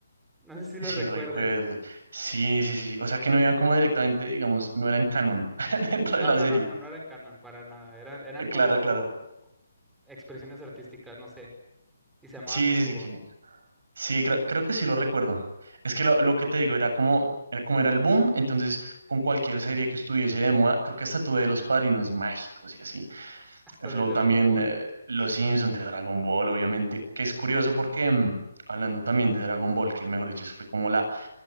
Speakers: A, in the centre; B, on the right.
A: No sé si
B: que
A: lo
B: sí
A: recuerdes.
B: recuerdo. Sí, sí, sí. O sea que no iban como directamente, digamos, no eran canon <laughs> dentro
A: No,
B: de la
A: no,
B: serie.
A: no, no, no eran canon para nada. Eran, eran
B: Eh,
A: como
B: Claro, claro.
A: expresiones artísticas, no sé. Y se llamaban
B: Sí,
A: turbo.
B: sí, sí, que Sí, creo, creo que sí lo recuerdo. Es que lo, lo que te digo era como, era como era el boom, entonces con cualquier serie que estuviese de moda, creo que hasta tuve de los Padrinos Mágicos y así.
A: Hasta
B: El Flow
A: de Dragon
B: también,
A: Ball.
B: eh, Los Simpsons de Dragon Ball, obviamente, que es curioso porque mm, hablando también de Dragon Ball, que mejor dicho, eso fue como la,